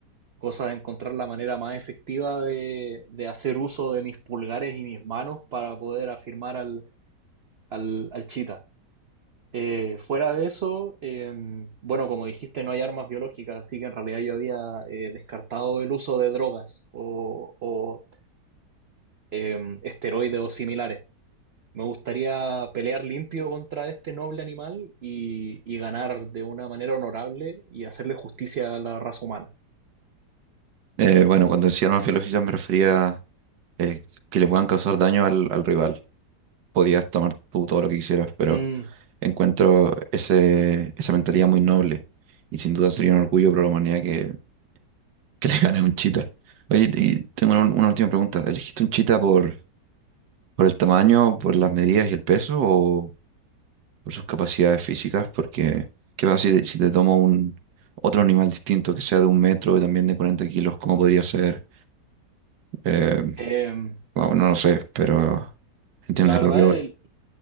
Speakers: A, on the right (about 50°); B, on the right (about 85°).
A: Cosa de encontrar la manera más efectiva de, de hacer uso de mis pulgares y mis manos para poder afirmar al al, al chita. Eh, fuera de eso, eh, bueno, como dijiste, no hay armas biológicas, así que en realidad yo había eh, descartado el uso de drogas o, o, eh, esteroides o similares. Me gustaría pelear limpio contra este noble animal y, y ganar de una manera honorable y hacerle justicia a la raza humana.
B: Eh, bueno, cuando decía armas biológicas me refería eh, que le puedan causar daño al, al rival. Podías tomar tú todo lo que quisieras, pero
A: Mm,
B: encuentro ese, esa mentalidad muy noble y sin duda sería un orgullo para la humanidad que, que <laughs> le gane a un chita. Oye, y tengo una, una última pregunta. ¿Elegiste un chita por, por el tamaño, por las medidas y el peso o por sus capacidades físicas, porque ¿qué pasa si te, si te tomo un otro animal distinto que sea de un metro y también de 40 kilos? ¿Cómo podría ser? Eh,
A: eh,
B: wow, no lo sé, pero entiendes
A: la verdad,
B: a lo que voy.
A: el-